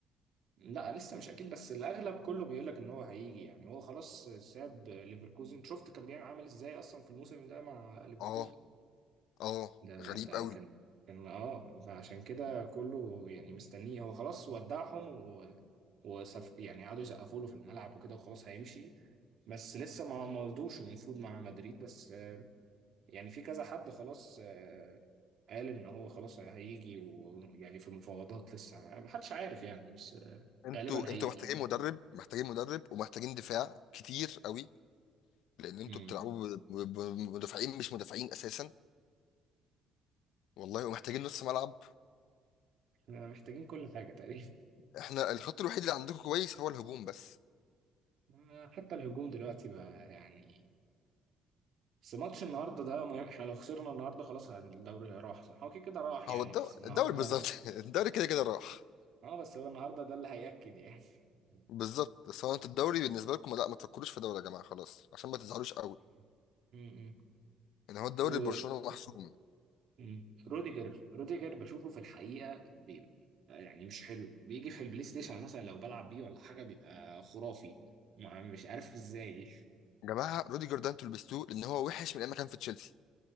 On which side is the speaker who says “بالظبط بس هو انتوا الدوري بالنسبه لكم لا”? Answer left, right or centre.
Left